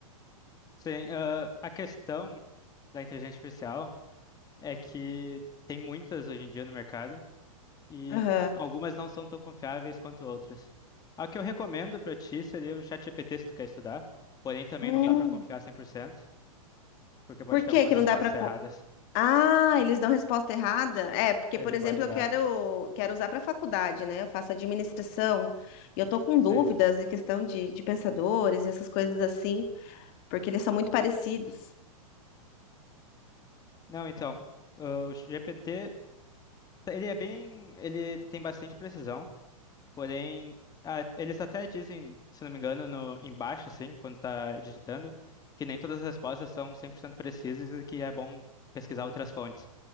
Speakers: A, on the left; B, on the left.
A: Sim, ah, a questão da inteligência artificial é que tem muitas hoje em dia no mercado e
B: Aham.
A: algumas não são tão confiáveis quanto outras. A que eu recomendo para ti seria o ChatGPT se tu quer estudar, porém também
B: Hum,
A: não dá para confiar 100% porque pode
B: por
A: ter
B: que
A: algumas
B: que não
A: respostas
B: dá pra.
A: erradas.
B: Ah, eles dão resposta errada? É, porque,
A: Ele
B: por exemplo,
A: pode
B: eu
A: dar,
B: quero, quero usar para faculdade, né? Eu faço administração e eu tô com
A: sim.
B: dúvidas em questão de, de pensadores, essas coisas assim, porque eles são muito parecidos.
A: Não, então, ah, o GPT, ele é bem, ele tem bastante precisão. Porém, a- eles até dizem, se não me engano, no, embaixo, assim, quando está digitando, que nem todas as respostas são 100% precisas e que é bom pesquisar outras fontes.